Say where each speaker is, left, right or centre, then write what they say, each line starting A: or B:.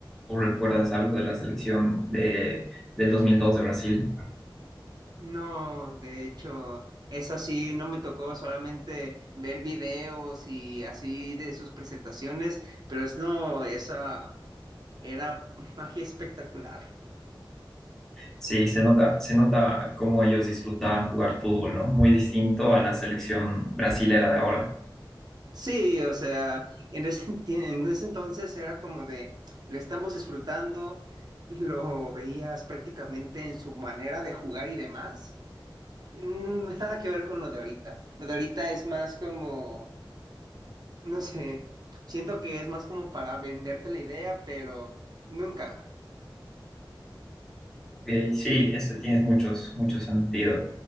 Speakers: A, in the centre; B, on the right.
A: o recuerdas algo de la selección de, del 2002 de Brasil.
B: No, de hecho, eso sí no me tocó solamente ver videos y así de sus presentaciones, pero es no, esa era <laughs> magia espectacular.
A: Sí, se nota, se nota cómo ellos disfrutaban jugar fútbol, ¿no? Muy distinto a la selección brasilera de ahora.
B: Sí, o sea, en ese, <laughs> enti- en ese entonces era como de, lo estamos disfrutando, lo veías prácticamente en su manera de jugar y demás. y <laughs> Nada que ver con lo de ahorita. Lo de ahorita es más como No sé, siento que es más como para venderte la idea, pero no encaja.
A: Ok, sí, eso tienes muchos, mucho sentido.